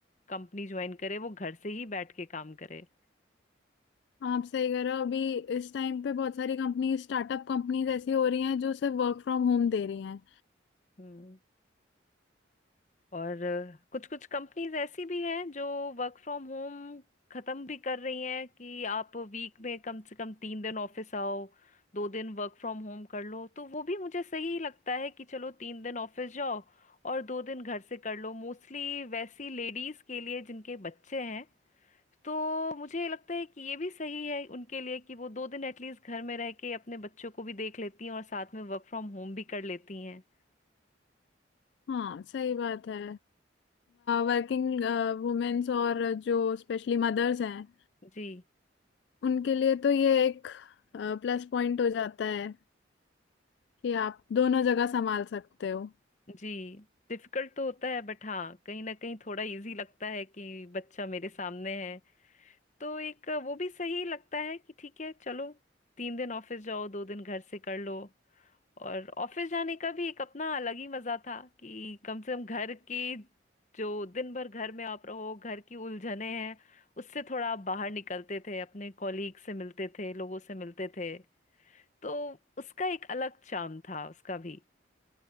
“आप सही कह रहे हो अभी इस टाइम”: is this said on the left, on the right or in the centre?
Left